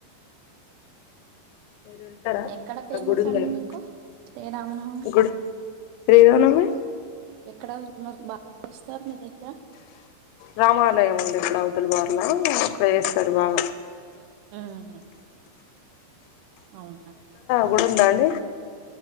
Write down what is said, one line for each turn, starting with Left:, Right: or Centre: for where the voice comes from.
Left: మీరు ఎళ్తారా
Right: ఎక్కడ ఫేమస్
Left: నా గుడుందేమో
Right: అండి మీకు శ్రీరామనవమి
Left: గుడ్ శ్రీరామనవమి
Right: ఇక్కడ మాక్ బాగా చేస్తారు మీ దగ్గర.
Left: రామాలయం ఉంది ఇక్కడ అవతల బార్లా అక్కడ చేస్తరు బాగా.
Right: హ్మ్ అవునా
Left: గుడుందా అండి?